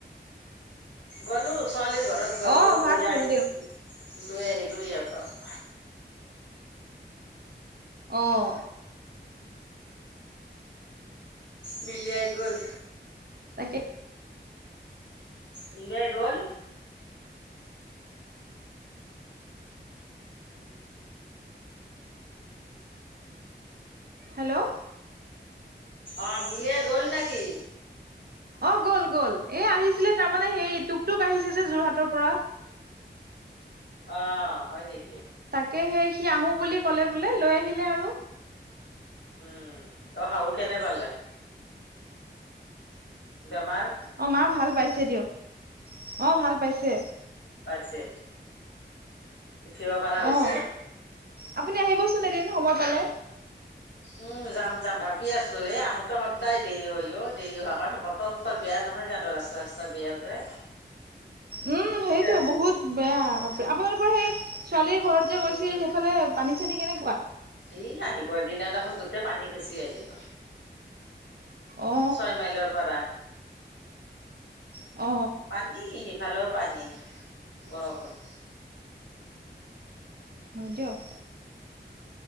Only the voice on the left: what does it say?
গলোঁ ছোৱালীৰ ঘৰত গলোঁ
গৈ
আহি
লৈ আহিলোঁ সিহঁতক
মিলি আই গ'ল
মিলিয়াই গ'ল
অ মিলিয়াই গ'ল নেকি?
অ হয় নেকি?
উম অ শাহু কেনে পালে? বেমাৰ
পাইছে উঠিব পাৰা হৈছে?
উম যাম যাম ভাবি আছো এ আহোতে সদায় দেৰি হৈ অ দেৰি হোৱাৰ কাৰণ ব বতৰ চতৰ বেয়া নহয় জানো ৰাস্তা চস্তা বেয়া যে
সেইকাৰণে
ই আহিব এ দিনা দেখোন গোটেই পানী খচি আহিলোঁ।
ছয় মাইলৰ পৰা
পানী সিফালেও পানী বৰষুণ